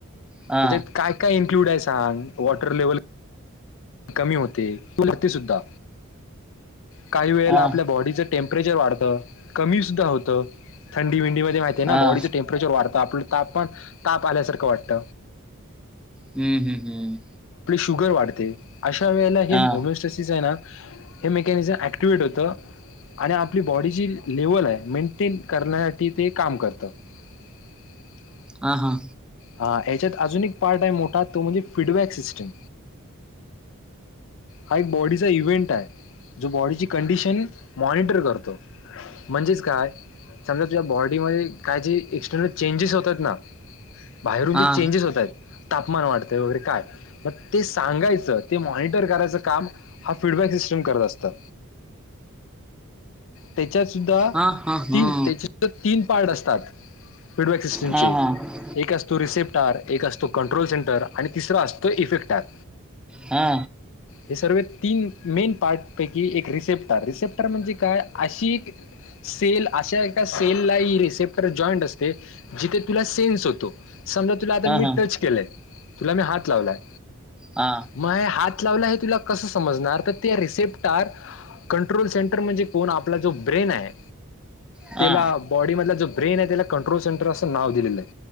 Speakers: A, in the centre; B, on the left.
A: हा
B: त्याच्यात काय काय इन्क्लूड आहे सांग वॉटर लेवल. कमी होते तगते सुद्धा काही वेळेला
A: हा
B: आपल्या बॉडीचे टेमपर. टेम्रेचर वाढतं कमीसद्ध होतंथंडी विंडीमध्ये माहिती
A: हा
B: आहे ना बॉडीचं टेमपरेचर वाढतं आपलं. तापण ताप आल्यासारखं वाटत.
A: हम्म हम्म हम्म
B: शुगर वाढते अशा वेळेला हे
A: हा
B: होमिोस्टॅसिस आहे ना. हे मेकॅनिझम ऍक्टिवेट होतं. आणि आपली बॉडी जी लेवल आहे मेंटेन करण्यासाठी ते काम करत <unintelligible>
A: हा हा.
B: हा याच्यात अजून एक पार्ट टाईम मोठा तो म्हणजे फीडबॅक सिस्टम हा एक बॉडीचा इव्हेंट आहे जो बॉडीची कंडिशन मॉनिटर करतो. म्हणजेच काय समजा तुझ्या बॉडीमध्ये काय जे एक्स्टर्नल चेंजेस होतात ना, बाहेरून
A: हा
B: जे चेंजेस होत आहेत तापमान वाढतं वगैरे काय मग ते सांगायचं ते मॉनिटर करायचं काम हा फीडबॅक स असत ते त्याच्यात सुद्धा
A: हा हा हा
B: तीन त्याचे <unintelligible> तीन पार्ट असतात फीडबॅक सिस्टमचे.
A: हा हा
B: एक असतो रिसेिप्टार एक असतो कंट्रोल सेंटर आणि तिसरा असतो इफेक्टार
A: हा.
B: हे सर्व तीन मेन पार्ट पैकी एक रिसेप्टर, रिसेप्टर म्हणजे काय अशी एक सेल अशा एका सेल ला रिसेप्टर जॉईंट असते. जिथे तुला से जोतो समजा तुला आ
A: हा
B: मी
A: हा
B: टच केलंय तुला मी हात लावलाय
A: हा
B: म हे हात लावला हे तुला कस समजणार तर ते रिसेप्टार कंट्रोल सेंटर म्हणजे कोण आपला जो ब्रेन आहे.
A: हा
B: त्याला
A: हा
B: बॉडी मधला जो ब्रेन आहे त्याला कंट्रोल सेंटर असं नाव दिलेलं आहे.